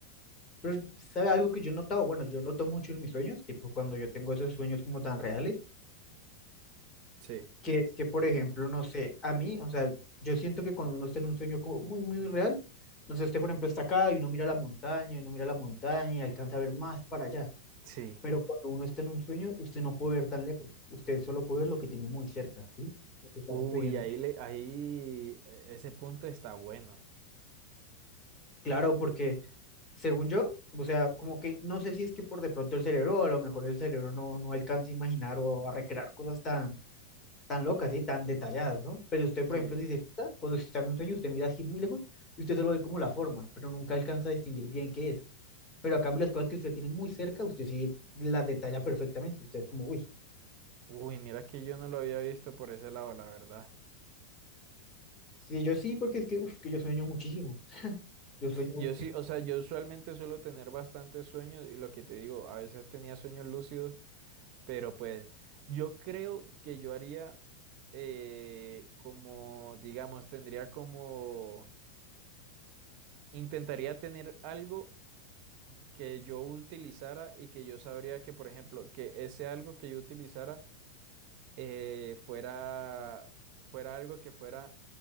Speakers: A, on the left; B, on the right.
A: Pero, ¿sabe algo que yo he notado? Bueno, yo noto mucho en mis sueños, tipo cuando yo tengo esos sueños como tan reales,
B: Sí,
A: que es que, por ejemplo, no sé, a mí, o sea, yo siento que cuando uno está en un sueño como muy, muy real, no sé, este, por ejemplo, está acá y uno mira la montaña, y uno mira la montaña y alcanza a ver más para allá.
B: sí.
A: Pero cuando uno está en un sueño, usted no puede ver tan lejos, usted solo puede ver lo que tiene muy cerca, ¿sí? Lo que está
B: Uy,
A: sucediendo.
B: ahí le, ahí eh, ese punto está bueno.
A: Claro, porque según yo, o sea, como que no sé si es que por de pronto el cerebro, a lo mejor el cerebro no, no alcanza a imaginar o a recrear cosas tan tan locas, ¿sí? Tan detalladas, ¿no? Pero usted, por
B: Sí.
A: ejemplo, si se fija, cuando usted está en un sueño, usted mira así muy lejos y usted solo ve como la forma, pero nunca alcanza a distinguir bien qué es. Pero a cambio, las cosas que usted tiene muy cerca, usted sí las detalla perfectamente. Usted es como, uy,
B: Uy, mira que yo no lo había visto por ese lado, la verdad.
A: sí, yo sí, porque es que, uf, que yo sueño muchísimo. Yo sueño
B: Yo sí, o sea, yo usualmente suelo tener bastantes sueños y lo que te digo, a veces tenía sueños lúcidos, pero pues yo creo que yo haría eh, como, digamos, tendría como, intentaría tener algo que yo utilizara y que yo sabría que, por ejemplo, que ese algo que yo utilizara eh, fuera, fuera algo que fuera